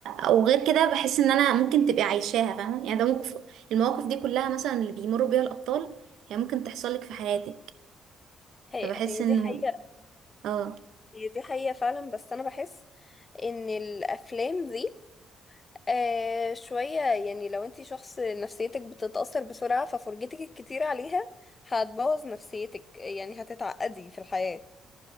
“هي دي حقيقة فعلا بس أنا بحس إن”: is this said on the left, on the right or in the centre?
Left